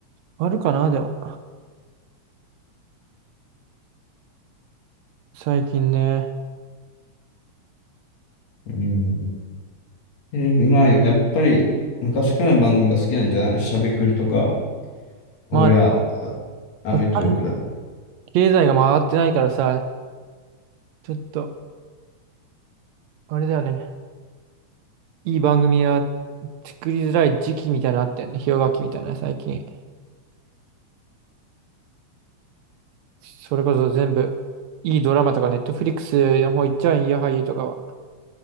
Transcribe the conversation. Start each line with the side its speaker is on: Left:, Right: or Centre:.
Right: あるかな、でも。最近ね。
Left: うん。テレビまあやっぱり昔からの番組が好きなんじゃないしゃべくりとか。
Right: まあ、
Left: 俺は、
Right: あと、
Left: あアメトーークだ。
Right: お金、経済が回ってないからさ、ちょっと、あれだよね。いい番組は作りづらい時期みたいなのあったよね。氷河期みたいな、最近。それこそ全部、いいドラマとか、ネットフリックスの方行っちゃうんや、俳優とかは。